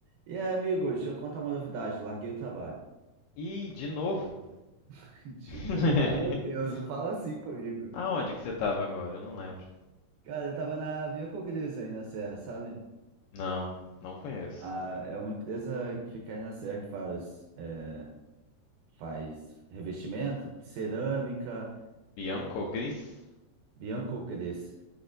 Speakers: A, on the right; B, on the left.
A: E aí, amigo, deixa eu contar uma novidade. Larguei o trabalho.
B: Ih, de novo?
A: <laughs> De novo.
B: <laughs>
A: Ai, meu Deus, não fala assim comigo.
B: Aonde que você tava agora? Eu não lembro.
A: Cara, eu tava na Biocogris aí na Serra, sabe?
B: Não, não conheço.
A: Ah, é uma empresa que fica aí na Serra que faz, é, faz revestimento de cerâmica,
B: Bianco Gris?
A: Biocogris.